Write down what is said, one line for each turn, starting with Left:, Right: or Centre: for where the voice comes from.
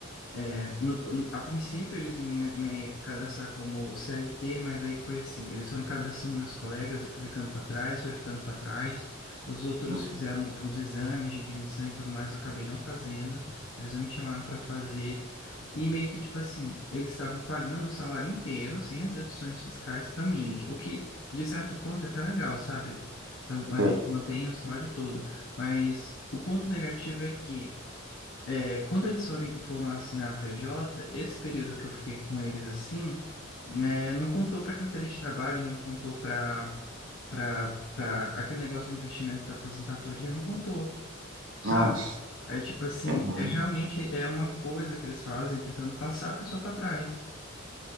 Left: É, no- no- a princípio eles iam me, me cadastrar como CLT, mas aí foi assim, eles foram cadastrando meus colegas, eu fui ficando para trás, fui ficando para trás, os outros
Right: uhum.
Left: fizeram os exames de admissão e tudo mais, eu acabei não fazendo, eles não me chamaram para fazer, e meio que tipo assim, eles estavam pagando o salário inteiro, sem as deduções fiscais para mim, que- o que de certo ponto é até legal, sabe? Eu- a
Right: Sei.
Left: gente mantém o salário todo, mas o ponto negativo é que é, quando eles forem, foram assinar a PJ, esse período que eu fiquei com eles assim, né, não contou para carteira de trabalho, não contou para para aquele negócio do investimento da aposentadoria, não contou, sabe?
Right: Nossa,
Left: Aí, tipo assim,
Right: é ruim.
Left: é realmente é uma coisa que eles fazem tentando passar a pessoa para trás.